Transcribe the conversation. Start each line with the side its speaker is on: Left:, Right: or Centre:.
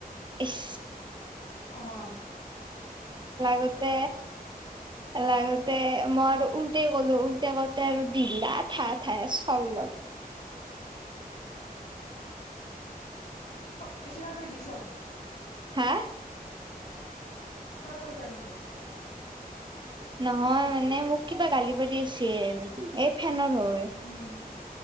Right: এচ
Left: আহ
Right: লাগোতে লাগোতে মই আৰু উল্টা ক'লো উল্টা কওঁতে আৰু দিলা ঠায় ঠায় চৰ লগে
Left: ত কৈছনা তই দিছা
Right: হা
Left: তই কৈছা এনকে
Right: নহয় মানে মোক কিবা গালি পাৰি আছিল এই ফেনত হয়
Left: উম